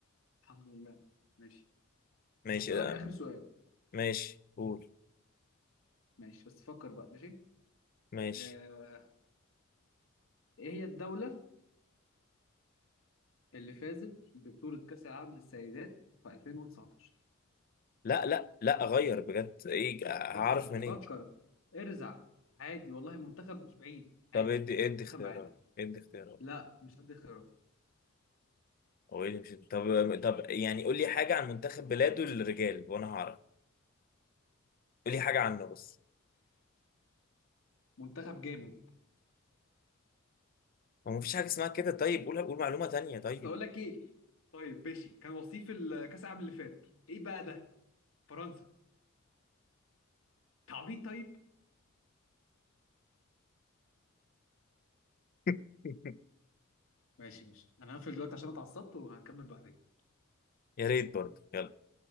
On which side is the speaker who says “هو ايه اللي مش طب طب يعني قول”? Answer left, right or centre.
Left